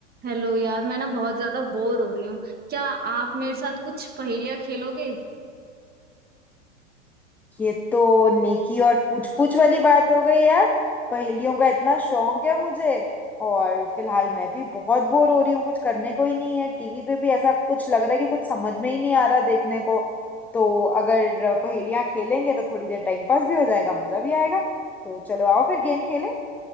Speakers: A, on the right; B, in the centre.
A: Hello यार मैं ना बहुत ज्यादा बोर हो रही हूँ क्या आप मेरे साथ कुछ पहेलियाँ खेलोगे
B: ये तो नेकी और पूछ पूछ वाली बात हो गई यार पहेलियों का इतना शौक है मुझे और फिलहाल मैं भी बहुत बोर हो रही हूँ कुछ करने को ही नहीं है टीवी पे भी ऐसा कुछ लग रहा है कि कुछ समझ में ही नहीं आ रहा देखने को तो अगर पहेलियाँ खेलेंगे तो थोड़ी देर टाइम पास भी हो जाएगा मजा भी आएगा तो चलो आओ फिर गेम खेलें